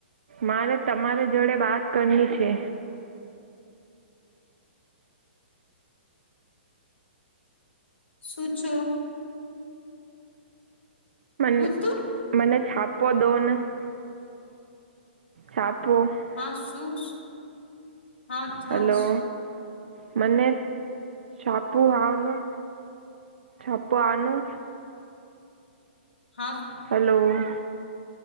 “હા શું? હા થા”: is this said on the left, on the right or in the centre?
Left